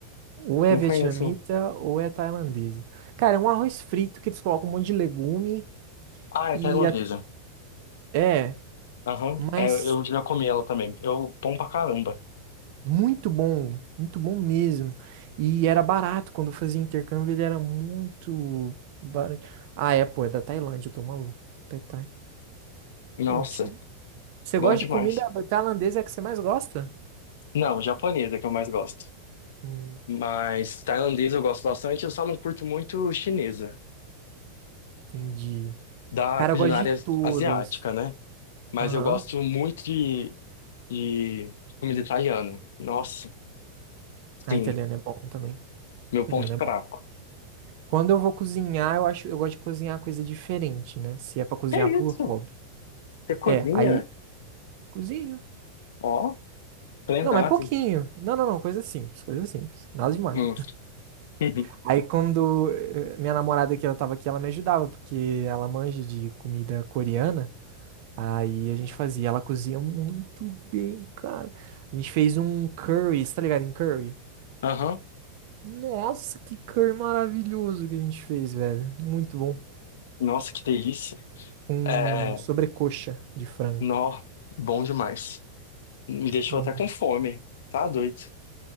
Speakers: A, on the right; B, on the left.
A: Ou é
B: não
A: vietnamita
B: conheço.
A: ou é tailandesa. Cara, é um arroz frito que eles colocam um monte de legume
B: Ah,
A: e.
B: é tailandesa.
A: a- É,
B: Aham.
A: mas
B: É, eu já comi ela também. Eu, bom pra caramba.
A: muito bom. Muito bom mesmo. E era barato. Quando eu fazia intercâmbio, ele era muito barato. Ah, é, pô, é da Tailândia, eu tô maluco. Pad Thai.
B: Nossa,
A: Pô, tinha Você
B: bom
A: gosta
B: demais.
A: de comida tailandesa é a que você mais gosta?
B: Não, japonesa que eu mais gosto.
A: Hum,
B: Mas tailandesa eu gosto bastante, eu só não curto muito chinesa.
A: entendi.
B: da
A: Cara,
B: culinária
A: eu gosto de todas.
B: asiática, né? Mas
A: Aham.
B: eu gosto muito de, de comida italiana. Nossa, sim,
A: A italiana é bom também.
B: meu ponto
A: Italiana é
B: fraco.
A: bom. Quando eu vou cozinhar, eu acho, eu gosto de cozinhar coisa diferente, né? Se é pra cozinhar
B: Que
A: por
B: isso?
A: hobby.
B: Você cozinha?
A: É, aí cozinho.
B: Ó, prendado.
A: Não, mas pouquinho. Não, não, não, coisa simples, coisa simples. Nada demais.
B: Hum. <laughs>
A: Aí quando eh, minha namorada que ela tava aqui, ela me ajudava, porque ela manja de comida coreana. Aí a gente fazia. Ela cozinha muito bem, cara. A gente fez um curry, você tá ligado em curry?
B: Aham.
A: Nossa, que curry maravilhoso que a gente fez, velho. Muito bom.
B: Nossa, que delícia.
A: Com
B: É,
A: sobrecoxa de frango.
B: nó, bom demais. Me deixou
A: Uhum.
B: até com fome. Tá doido.